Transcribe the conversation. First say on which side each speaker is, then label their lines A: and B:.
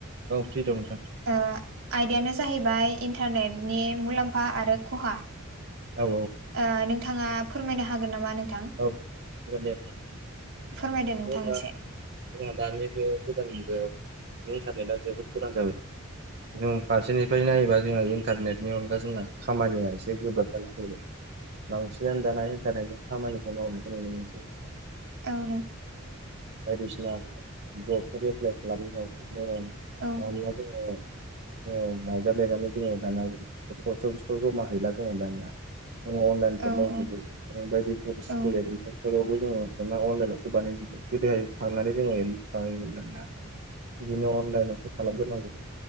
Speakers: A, on the right (about 55°); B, on the right (about 75°).
A: औ फ्रि दं नोंथां
B: आयदायानो जाहैबाय इन्टारनेटनि मुलाम्फा आरो खहा
A: औ
B: ओ नोंथाङा फोरमायनो हागोन नामा नों नोंथां
A: औ जागोन दे नोंथां
B: फोरमायदो नोंथां
A: जोंना
B: एसे
A: जोंहा दानि बे गोदान मुगायाव इन्सारनेटआ जोबोद गोनां जाबाय। जों फारसेनिफ्राय नायोबा जोंहा इन्टारनेटनि अनगा जोंना खामानिया एसे गोब्राब ज ला फैबाय बांसिनानो दाना इन्टारनेटजों। खामानि मावावनो मस
B: औ नों
A: बायदिसिना जबफोर एप्लाइ खालाम माव दानिया
B: औ
A: जोङो। मायजा मायालाय जोङो दानया अस जमा हैला जोङो दानिया आं अनलाइनखौ
B: औ
A: मावजोबो
B: औ
A: बायदि स्कुल
B: औ
A: एडमिसनफोरावबो दाना अनलाइनावसो बानायजो गोदोहाय थांनानै जोङो एडमिसन खालामोमोन जानाया बिदिनो अनलाइनावसो खालामग्रो नांगौ।